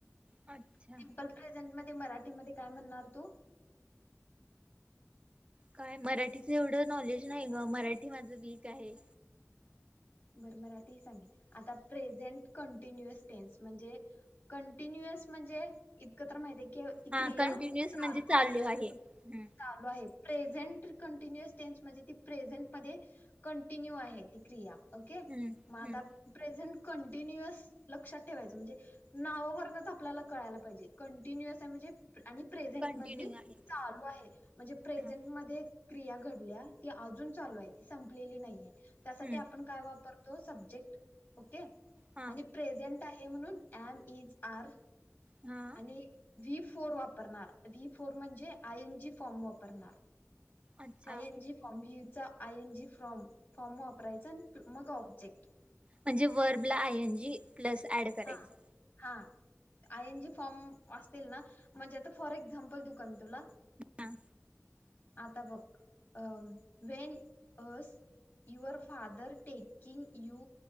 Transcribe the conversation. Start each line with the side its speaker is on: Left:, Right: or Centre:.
Right: अच्छा
Left: सिम्पल प्रेझेंट मध्ये, मराठीमध्ये काय म्हणणार तू?
Right: काय मराठीच एवढं नॉलेज नाही ग, मराठी माझं वीक आहे.
Left: बर मराठी ही सांगीन, आता प्रेझेंट कंटीन्यूअस टेन्स, म्हणजे कंटिन्युअस म्हणजे इतकं तर माहितीय की ती
Right: हा
Left: क्रिया
Right: कंटिन्युअस
Left: चालू
Right: म्हणजे
Left: आहे अजून.
Right: हम्म
Left: चालू आहे, प्रेझेंट कंटिन्युअस टेन्स म्हणजे ती प्रेझेंट मध्ये कंटिन्यू आहे ती क्रिया ओके,
Right: हम्म
Left: म आता
Right: हम्म
Left: प्रेझेंट कंटिन्युअस लक्षात ठेवायचं म्हणजे नावावरनच आपल्याला कळायला पाहिजे कंटिन्युअस आहे म्हणजे आणि प्रेझेंट
Right: कंटिन्यू
Left: मधली
Right: आहे
Left: चालू आहे, म्हणजे प्रेझेंट
Right: हा
Left: मध्ये क्रिया घडल्या ती अजून चालू आहे ती संपलेली नाहीेये, त्यासाठी
Right: हम्म
Left: आपण काय वापरतो सबजेक्ट ओके,
Right: हा
Left: आणि प्रेझेंट आहे म्हणून, ऍन एस आर
Right: हां.
Left: आणि व्ही फोर वापरणार, व्ही फोर म्हणजे आय एन जी फॉर्म वापरणार.
Right: अच्छा
Left: आय एन जी फॉम हीचा I N G form form वापरायचा आणि मग ऑब्जेक्ट.
Right: म्हणजे वर्ब ला I N G plus add करायचं.
Left: हां. हा, आय एन जी फॉम असतील ना म्हणजे आता फॉर एक्झाम्पल देऊ का मी तुला?
Right: हां.
Left: आता बघ अ when as your father taking you